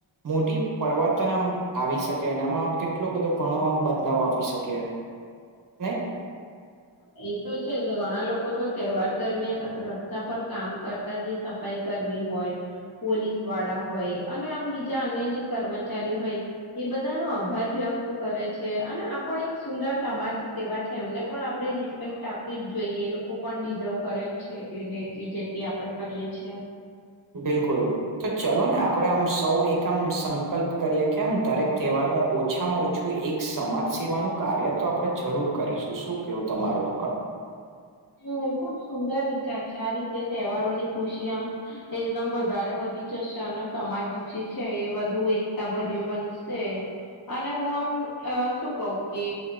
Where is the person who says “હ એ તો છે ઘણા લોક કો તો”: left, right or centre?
Left